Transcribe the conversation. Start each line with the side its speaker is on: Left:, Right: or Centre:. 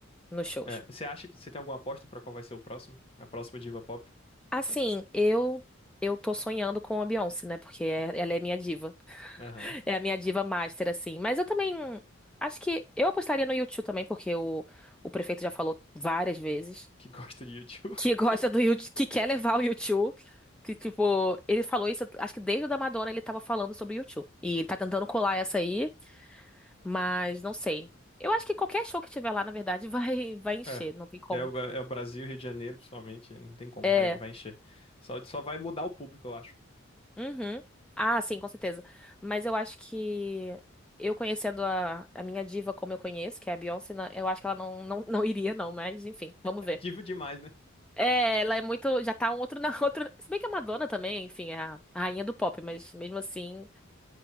Centre: nos shows.
Left: É, você acha que você tem alguma aposta pra qual vai ser o próximo? A próxima diva pop?
Centre: Assim, eu eu tô sonhando com a Beyoncé, né? Porque é- ela é minha diva.
Left: Aham.
Centre: <laughs> É a minha diva master, assim. Mas eu também acho que eu apostaria no U2 também, porque o, o prefeito já falou várias vezes
Left: Que gosta de YouTube.
Centre: que
Left: <laughs>
Centre: <laughs> gosta do U2, que quer levar o U2. Que, tipo, ele falou isso, acho que desde o da Madonna ele tava falando sobre o U2. E ele tá tentando colar essa aí. Mas não sei. Eu acho que qualquer show que tiver lá, na verdade, <laughs> vai, vai encher,
Left: É.
Centre: não tem como.
Left: É o, é o Brasil, Rio de Janeiro, principalmente, não tem como,
Centre: É.
Left: vai, vai encher. Só, só vai mudar o público, eu acho. <laughs>
Centre: Uhum. Ah, sim, com certeza. Mas eu acho que eu conhecendo a, a minha diva como eu conheço, que é a Beyoncé, na- eu acho que ela não, não, não iria, não, mas enfim, vamos
Left: É
Centre: ver.
Left: diva demais, né?
Centre: É, ela é muito. Já tá um outro na <laughs> outra. Se bem que a Madonna também, enfim, é a a rainha do pop, mas mesmo assim